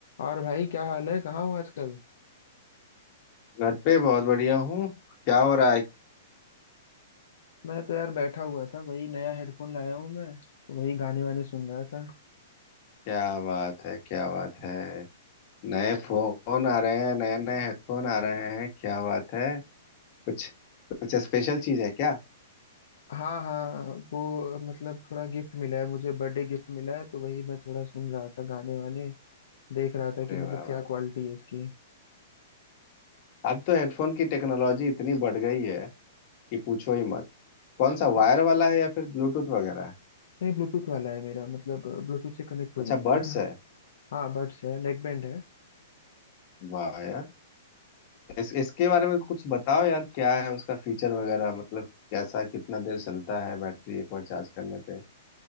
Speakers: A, on the left; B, on the left.
A: और भाई क्या हाल है कहाँ हो आजकल
B: घर पे बहुत बढ़िया हूँ क्या हो रहा है
A: मैं तो यार बैठा हुआ था वही नया हेडफोन लाया हूँ मैं तो वही गाने वाने सुन रहा था
B: क्या बात है क्या बात है नए फोन आ रहे हैं नए नए हेडफोन आ रहे हैं क्या बात है कुछ कुछ स्पेशल चीज है क्या
A: हाँ हाँ वो मतलब थोड़ा गिफ्ट मिला है मुझे बर्थडे गिफ्ट मिला है तो वही मैं थोड़ा सुन रहा था गाने वाने देख रहा था कि
B: अरे
A: मतलब
B: वाह
A: क्या
B: वाह
A: क्वालिटी है इसकी
B: अब तो हेडफोन की टेक्नोलॉजी इतनी बढ़ गई है कि पूछो ही मत कौन सा
A: हाँ
B: वायर वाला है या फिर ब्लूटूथ वगैरह है
A: नहीं ब्लूटूथ वाला है मेरा मतलब ब्लूटूथ से कनेक्ट हो
B: अच्छा
A: जाता
B: बड्स
A: है ना
B: है
A: हाँ बड्स है नेक बैंड है
B: वाह यार इस, इसके बारे में कुछ बताओ यार क्या है उसका फीचर वगैरह मतलब कैसा कितना देर चलता है बैटरी एक बार चार्ज करने पे